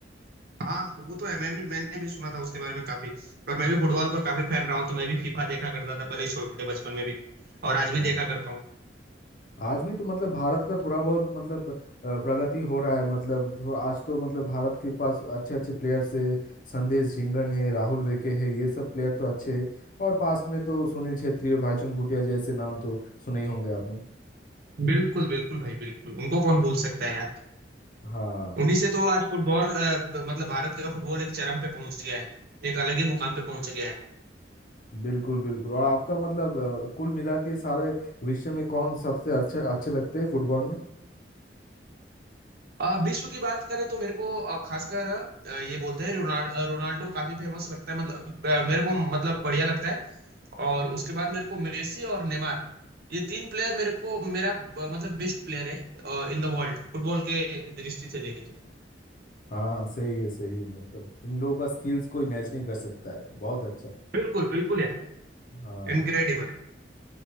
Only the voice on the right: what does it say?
हाँ वो तो है मैं भी मैंने भी सुना था उसके बारे में काफी और मैं भी फुटबॉल का काफी फैन रहा हूँ तो मैं भी फीफा देखा करता था पहले छोटे बचपन में भी और आज भी
देखा करता हूँ
बिल्कुल बिल्कुल भाई बिल्कुल उनको कौन भूल सकता है यार
उन्हीं से तो आज फुटबॉल अ, मतलब भारत का फुटबॉल एक चरम पे पहुंच गया है एक अलग ही मुकाम पे पहुंच गया है
अ, विश्व की बात करें तो मेरे को अ, खासकर अ, ये बोलते हैं रोनाल्ड अ, रोनाल्डो काफी फेमस लगता है मतलब अ, मेरे को मतलब बढ़िया लगता है और उसके बाद मेरे को मेसी और नेमार ये तीन प्लेयर मेरे को मेरा अ, मतलब बेस्ट प्लेयर है इन द वर्ल्ड फुटबॉल के दृष्टि से देखे तो
बिल्कुल बिल्कुल यार
इनक्रेडिबल है।